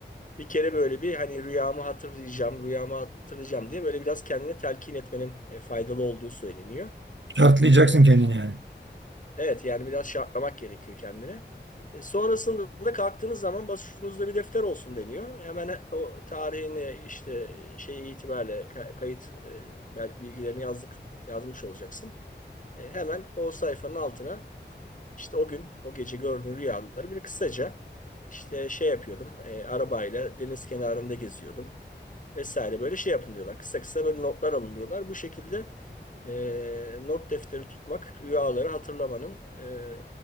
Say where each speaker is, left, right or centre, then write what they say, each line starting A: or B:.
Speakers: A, on the left; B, on the right.
A: bir kere böyle bir hani rüyamı hatırlayacağım, rüyamı hatırlayacağım diye böyle biraz kendine telkin etmenin e, faydalı olduğu söyleniyor.
B: Şartlayacaksın
A: E,
B: kendini yani.
A: Evet yani biraz şartlamak gerekiyor kendini. E, sonrasında da kalktığınız zaman başucunuzda bir defter olsun deniyor. Hemen o tarihini işte şey itibariyle ka- kayıt e, bel- bilgilerini yazdık yazmış olacaksın. E, hemen o sayfanın altına işte o gün, o gece gördüğün rüyaları böyle kısaca işte şey yapıyordum. e, arabayla deniz kenarında geziyordum vesaire böyle şey yapın diyorlar. Kısa kısa böyle notlar alın diyorlar. Bu şekilde e, not defteri tutmak rüyaları hatırlamanın e,